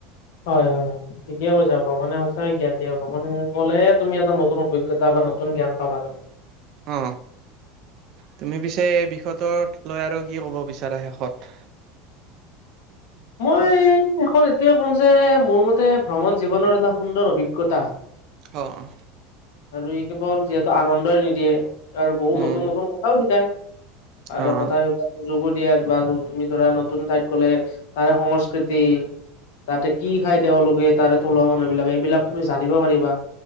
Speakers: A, on the left; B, on the right.
A: হয় -হয় -হয়। ঠিকে কৈছা ভ্ৰমণে সঁচাকে জ্ঞান দিয়া ভ্ৰমণ ক'লে তুমি এটা নতুন অভিজ্ঞতা বা নতুন জ্ঞান পাবা তুমি।
B: অ, তুমি পিছে এই বিষয়টো লৈ আৰু কি ক'ব বিচাৰা শেষত।
A: মই শেষত এইটোৱে ক'ম যে মোৰ মতে ভ্ৰমণ জীৱনৰ এটা সুন্দৰ অভিজ্ঞতা।
B: অ', অ',
A: আৰু ই কেৱল যিহেতু আনন্দই নিদিয়ে আৰু বহুত
B: উম,
A: নতুন- নতুন কথাও শিকায় আৰু
B: অ',
A: কথা <unintelligible> যোগো দিয়া আৰ বা তুমি ধৰা নতুন ঠাইত গ'লে তাৰে সংস্কৃতি তাতে কি খাই তেওঁলোকে তাৰে থলুৱা মানুহ বিলাকে এইবিলাক তুমি জানিব পাৰিবা।